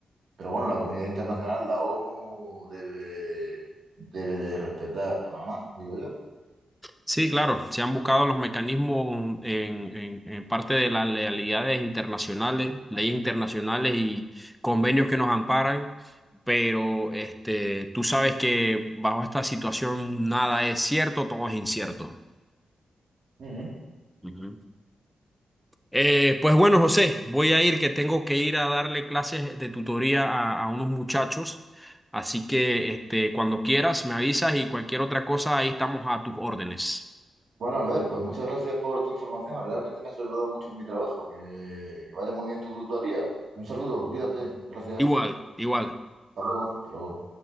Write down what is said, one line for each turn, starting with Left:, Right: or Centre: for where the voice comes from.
Right: Pero bueno, la comunidad internacional, la ONU, debe, debe de respetar Panamá, digo yo.
Centre: Sí, claro, se han buscado los mecanismos en, en- en parte de las lealidades internacionales, leyes internacionales y convenios que nos amparan, pero este, tú sabes que bajo esta situación nada es cierto, todo es incierto.
Right: Ujú.
Centre: Ujú. Eh, pues bueno, José, voy a ir, que tengo que ir a darle clases de tutoría a, a unos muchachos, así que este, cuando quieras me avisas y cualquier otra cosa, ahí estamos a tus órdenes.
Right: Bueno, Albert, pues muchas gracias por tu información. Realmente me has ayudado mucho en mi trabajo. Que, que vaya muy bien tu tutoría. Un saludo, cuídate. Gracias.
Centre: Igual, igual.
Right: Hasta luego, hasta luego.